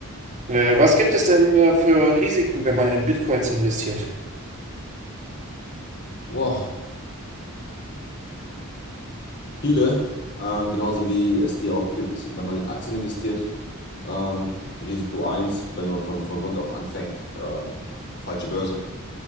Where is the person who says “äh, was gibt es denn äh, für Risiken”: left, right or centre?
Right